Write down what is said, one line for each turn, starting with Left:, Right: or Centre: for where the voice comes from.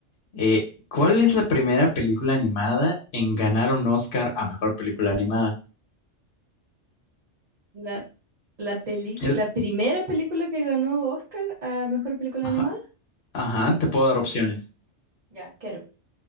Left: Eh, ¿cuál es la primera película animada en ganar un Oscar a mejor película animada?
Right: La, la película,
Left: El-
Right: la primera película que ganó Oscar a mejor película
Left: Ajá,
Right: animada.
Left: ajá, te puedo dar opciones.
Right: Ya, quiero.